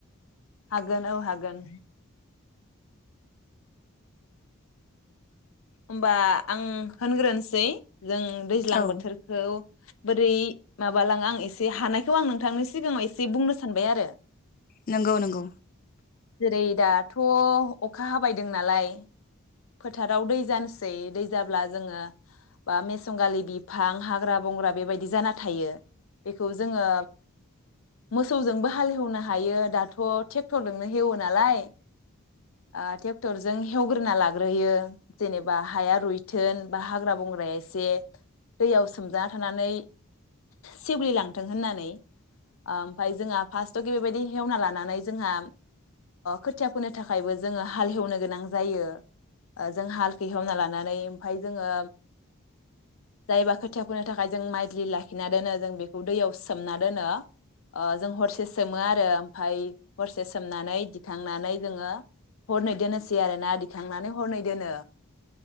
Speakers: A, on the left; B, on the left.
A: हागोन औ हागोन। ओमबा आं होनग्रोनोसै। जों दैज्लां
B: औ
A: बोथोरखौ बोरै माबालाङो आं एसे हानायखौ आं नोंथांनि सिगाङाव एसे बुंनो सानबाय आरो
B: नंगौ नंगौ
A: जेरै दाथ' अखा हाबाय दों नालाय फोथाराव दै जानोसै दै जाब्ला जोङो मेसंगालि बिफां हाग्रा‌ बंग्रा बेबायदि जाना थायो बेखौ जोङो मोसौजोंबो हाल एउनो हायो आरो दाथ थेकथरजोंनो एउओ नालाय ओ थेकथरजों हेउग्रो ला ग्रोयो जेनेबा हाया रुइथों बा हाग्रा बंग्राया एसे दैयाव सोमजाना थानानै सेवलिलांथों होननानै ओमफफ्राय जोंहा फार्स्टआवके बेबायदि हेवना लानानै जोंहा खोथिया फोनो थाखायबो जोङो हाल हेवनो गोनां जायो जों हालखै हमना लानानै ओमफाय जोङो जायबा खोथियाफोरनो थाखाय जों माइलि लाखिना दोनो जों बेखौ दैयाव सोमना दोनो जों हरसे सोमो आरो ओमफफ्राय हरसे सोमनानै दिखांनानै जोङो हरनै दोनोसै आरोना दिखां थांनानै हरनै दोनो